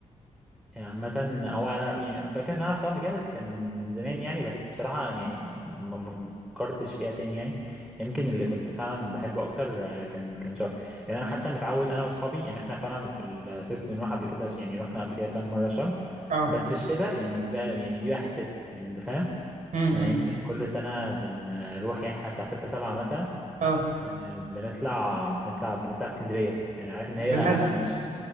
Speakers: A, in the centre; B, on the right (about 75°).
A: يعني عامة هو أنا يعني فاكر إن أنا رحتها قبل كده بس كان من من زمان يعني بس بصراحة يعني ما ما فكرتش فيها تاني يعني يمكن اللي كنت فعلا بحبه أكتر آه، كان كان شرم يعني أنا حتى متعود أنا وأصحابي يعني إحنا فعلا في الصيف بنروح قبل كده يعني رحنا قبل كده كام مرة شرم
B: اه
A: بس في الشتاء يعني بقى يعني دي بقى حتتنا يعني أنت فاهم
B: امم
A: إحنا يمكن كل سنة بنروح يعني إحنا بتاع ستة سبعة مثلا
B: اه
A: آه، بنطلع بنطلع بنطلع اسكندرية يعني عارف ان
B: بجد
A: هي ه- مش